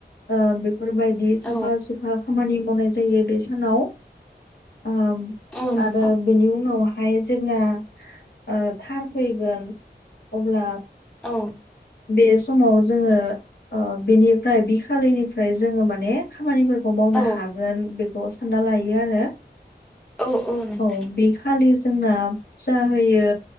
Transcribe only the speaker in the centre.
औ
औ नोंथां
औ।
औ
औ औ। नोंथां